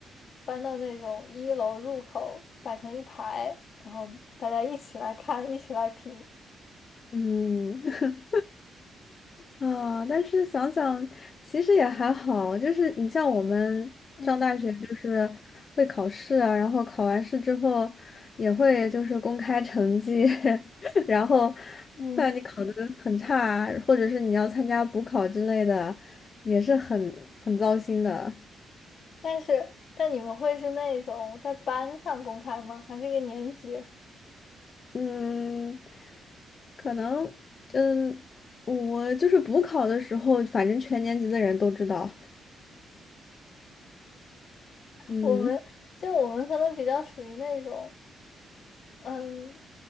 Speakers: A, on the left; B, on the left.
A: 搬到那种一楼入口摆成一排，然后大家一起来看，一起来评。
B: 嗯。<laughs> 啊，但是想想，其实也还好，就是你像我们上大学，
A: 嗯
B: 就是会考试啊，然后考完试之后也会就是公开成绩，<laughs> 然后
A: 嗯，
B: 那你考的很差啊，或者是你要参加补考之类的，也是很很糟心的。
A: 但是但你们会是那种在班上公开吗？还是一个年级？
B: 嗯，可能嗯，我就是补考的时候，反正全年级的人都知道。嗯
A: 我们就我们可能比较属于那种。嗯，